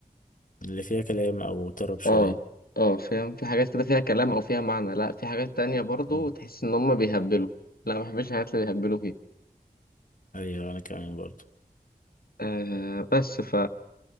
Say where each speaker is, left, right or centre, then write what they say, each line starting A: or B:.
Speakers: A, on the left; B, on the left.
A: اللي فيها كلام او طرب شوية
B: اه اه فاهم في حاجات كده فيها كلام او فيها معنى لا في حاجات تانية برضو
A: م.
B: تحس ان هم بيهبلوا لا ما بحبش الحاجات اللي بيهبلوا فيها
A: ايوه انا كمان برضو
B: آه بس ف